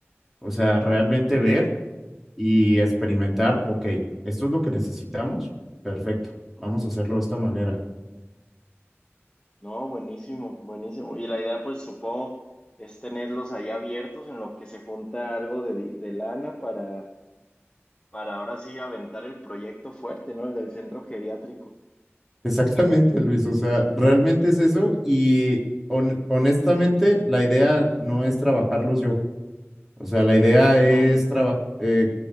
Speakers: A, in the centre; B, on the left (about 20°).
A: O sea, realmente ver y experimentar, ok, esto es lo que necesitamos, perfecto,
B: Ujú.
A: vamos a hacerlo de esta manera.
B: No, buenísimo, buenísimo. Y la idea, pues supongo, es tenerlos ahí abiertos en lo que se junta algo de, di- de lana para, para ahora sí aventar el proyecto fuerte, ¿no? El del centro geriátrico.
A: <laughs> Exactamente, Luis, o sea, realmente es eso y hon- honestamente la idea no es trabajarlos yo, o sea, la idea
B: Ujú,
A: es traba- eh,